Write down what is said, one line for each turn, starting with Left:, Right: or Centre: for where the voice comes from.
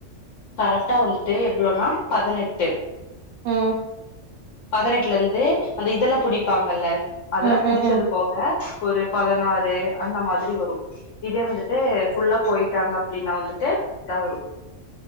Left: கரெக்டா வந்துட்டு எவ்ளோனா பதினெட்டு
Right: ம்
Left: பதினெட்டுலருந்து அந்த இதெல்ல புடிப்பாங்கல்ல அதெல்லா
Right: ம்
Left: புடிச்சது
Right: ம் ம்
Left: போக ஒரு பதனாறு அந்த மாதிரி வரும் இதே வந்துட்டு ஃபுல்லா போயிட்டாங்க அப்டின்னா வந்துட்டு தௌரு